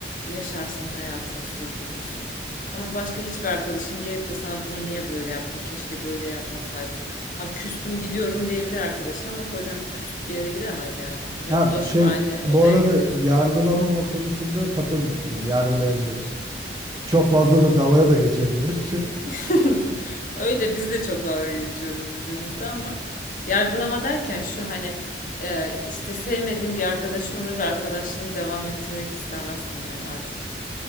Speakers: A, on the left; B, on the right.
A: yaşarsın, hayatını sürdürürsün. Ama başka hiçbir arkadaşın gelip de sana bunu niye böyle yaptın, keşke böyle yapmasaydın. Tam küstüm gidiyorum diyebilir arkadaşın ama kocan küsüp bir yere gidemez yani. Dönüp
B: Ha
A: dolaşıp
B: şey
A: aynı
B: bu
A: odaya
B: arada
A: gidiyorsun.
B: yargılamama konusunda katılmıyorum. Yargılayabilir. Çok fazla da dalga da geçebilir.
A: <laughs> Öyle biz de çok dalga geçiyoruz birbirimizle
B: <laughs>
A: ama yargılama derken şu hani e, işte sevmediğin bir arkadaşın olur ve arkadaşlığını devam ettirmek istemezsin hani artık.